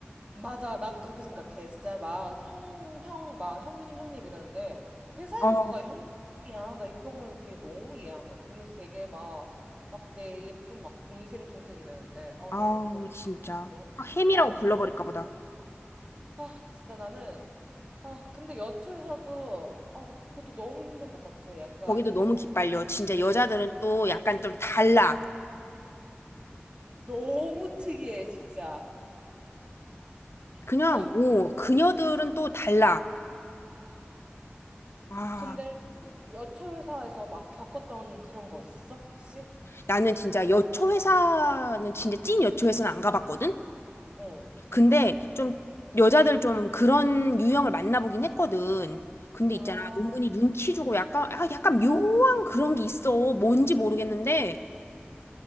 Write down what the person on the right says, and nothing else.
맞아 나도 그렇게 생각해 진짜 막 형 형 막 형님 형님 이러는데 회사에서
누가 형님이야 나 이거 보면서 되게 너무 이해 안 가. 그러면서 되게 막 막 내 예쁜 막 동생 동생 이러는데 어
난 그거
보고는 너무
너무
꼴-
아 진짜 나는 아, 근데 여초에서도, 아, 그것도 너무 힘든 것 같아. 약간,
너무 특이해, 진짜.
진짜,
근데 여초 회사에서 막 겪었던 그런 거 있어, 혹시?
어.
아,